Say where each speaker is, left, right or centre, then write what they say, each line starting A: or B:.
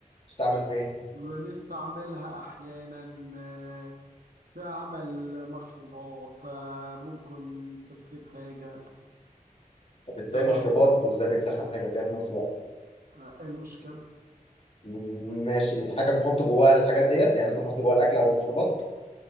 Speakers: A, on the left; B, on the right.
A: تستعمل في ايه
B: بنستعملها أحيانا آه، في عمل مشروبات آه، ممكن تسخين حاجة
A: طب ازاي
B: سهلة
A: مشروبات
B: أهو بقى
A: وازاي بنسخن حاجه فيها في نفس الوقت
B: آه، إيه المشكلة؟
A: مم، ماشي حاجه بنحط جواها الحاجات ديت يعني مثلا بنحط جواها الاكل او المشروبات